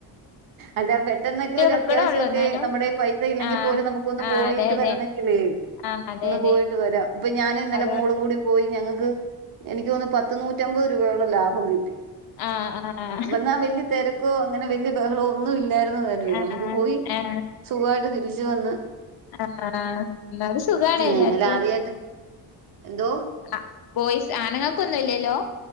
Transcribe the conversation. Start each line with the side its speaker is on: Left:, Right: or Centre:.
Right: അല്ല പെട്ടെന്നൊക്കെ ഒരു
Left: കൊടുക്കണൊള്ളൂ
Right: അത്യാവശ്യംഒക്കെ
Left: എന്നാലും
Right: നമ്മുടെ പൈസ ഇല്ലെങ്കിൽ
Left: ആഹ്
Right: പോലും നമുക്കൊന്ന്
Left: ആഹ്
Right: പോയിട്ട്
Left: അതെ അതെ
Right: വരണമെങ്കിലേ
Left: ആഹ് അതെ
Right: ഒന്ന്
Left: അതെ
Right: പോയിട്ട് വരാം ഇപ്പ ഞാൻ ഇന്നലെ
Left: അതോ
Right: മോളും കൂടി പോയി ഞങ്ങക്ക് എനിക്ക് തോന്ന് പത്ത് നൂറ്റമ്പത് രൂപയോളം ലാഭം കിട്ടി.
Left: ആഹ് ആഹ്
Right: വെന്നാ വല്യ തെരക്കോ അങ്ങനെ വല്യ ബഹളോ ഒന്നും ഇല്ലായിരുന്നു.
Left: ആഹ്
Right: ഞമ്മക്ക് പോയി
Left: ഏഹ്
Right: സുഖായിട്ട് തിരിച്ച് വന്ന്
Left: ആഹ് എന്നാലും സുഖാണ്
Right: ആ,
Left: എല്ലാർക്കും.
Right: ഇന്നലെ ആദ്യായിട്ട് എന്തോ
Left: അഹ് ബോയ്സ് ആണുങ്ങൾക്കൊന്നുല്ലല്ലോ?